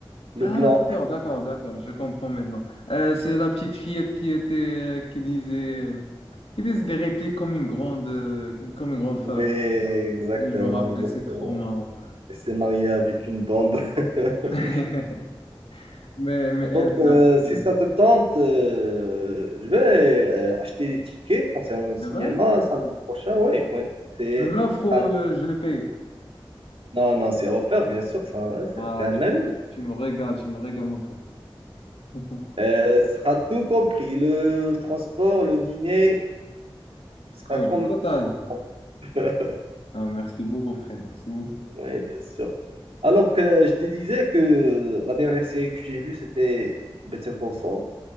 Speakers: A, on the right; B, on the left.
A: le
B: Ah,
A: blanc.
B: d'accord, d'accord, d'accord, je comprends maintenant. Euh, c'est la petite fillette qui était, euh, qui disait, qui disait des répliques comme une grande, euh, comme une grande femme.
A: Oui, exactement,
B: Oui, je me rappelle,
A: exactement.
B: c'est trop marrant.
A: Il s'est marié avec une bombe. <laughs>
B: <laughs> Mais, mais elle
A: Donc,
B: n'a
A: euh,
B: plus.
A: si ça te tente, euh, je vais euh, acheter les tickets concernant le cinéma
B: C'est vrai?
A: samedi prochain. Oui, oui, c'est...
B: Tu me l'offres ou
A: ça. sera une-
B: euh, je le paye?
A: Non, non, c'est offert, bien sûr. ça, hein, C'est
B: Ah,
A: t'es un
B: tu,
A: ami.
B: tu- tu me régales, tu me régales, mon pote. <laughs>
A: Euh, sera tout compris, le transport, le dîner, ce sera
B: Ah oui,
A: comme...
B: le total.
A: <laughs>
B: Ah, merci beaucoup, frère, merci beaucoup.
A: Oui, bien sûr. Alors que je te disais que la dernière série que j'ai vue, c'était Better Call Saul.